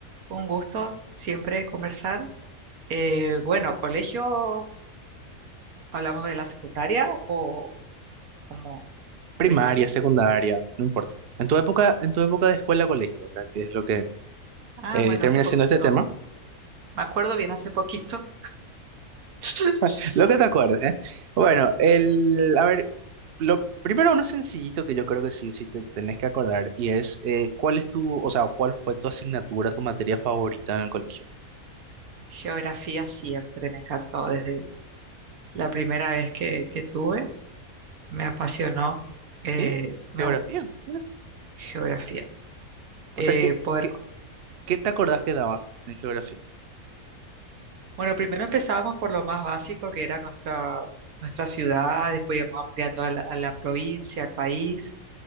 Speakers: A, on the right (about 80°); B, on the right (about 55°).
A: Un gusto siempre conversar. Eh, bueno, colegio, ¿hablamos de la secundaria o como
B: Primaria,
A: primaria?
B: secundaria, no importa. En tu época, en tu época de escuela-colegio, ¿verdad? Que es lo que
A: Ah,
B: eh,
A: bueno,
B: termina
A: hace poquito.
B: siendo este tema.
A: Me acuerdo bien hace poquito. <laughs>
B: <laughs> Lo que te acuerdes, ¿eh? Bueno, el, a ver, lo primero uno sencillito que yo creo que sí, sí te tenés que acordar y es eh, ¿cuál es tu, o sea, cuál fue tu asignatura, tu materia favorita en el colegio?
A: Geografía siempre me encantó desde la primera vez que, que tuve. Me apasionó. eh,
B: ¿Sí?
A: me,
B: Geografía.
A: gus-
B: mira.
A: geografía.
B: O
A: Eh,
B: sea, ¿qué,
A: poder
B: qué, qué te acordás que daba en geografía?
A: Bueno, primero empezábamos por lo más básico, que era nuestra, nuestra ciudad, después íbamos ampliando a la, a la provincia, al país,